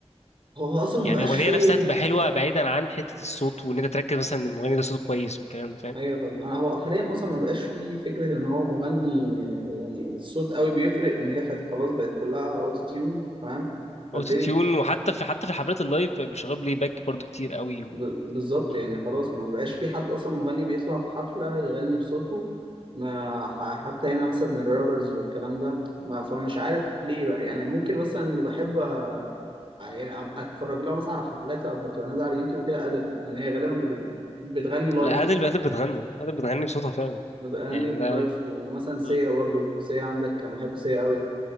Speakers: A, on the right (about 50°); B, on the left (about 75°).
A: هو اصلا ما
B: يعني
A: بقاش
B: الاغنيه
A: فيه
B: نفسها تبقى حلوه بعيدا عن حته الصوت وان انت تركز مثلا ان المغني ده صوته كويس والكلام ده فاهم
A: ايوه فاهم انا هو حاليا اصلا ما بقاش فيه فكره ان هو مغني آه، يعني الصوت قوي بيفرق ان هي خد خلاص بقت كلها اوتو تيون فاهم فالدنيا
B: اوتو تيون وحتى في حتى في الحفلات اللايف بقى بيشغلوا بلاي باك برضو كتير قوي و...
A: ب- بالظبط
B: مم.
A: يعني خلاص ما بقاش في حد اصلا مغني بيطلع في حفله يغني بصوته ما ح- حتى هنا مثلا الرابرز والكلام ده ما فمش عارف ليه بقى يعني ممكن مثلا اللي بحب آه، يعني أ- اتفرج لها مثلا على حفلات بتبقى نازله على اليوتيوب كده ادب ان هي غالبا بت- بتغني لايف
B: لا ادل ادل بتغني ادل بتغني بصوتها فعلا
A: بتغني
B: يعني
A: بلايف
B: ده
A: ومثلا سيا
B: مم.
A: برضو سيا عندك انا بحب سيا قوي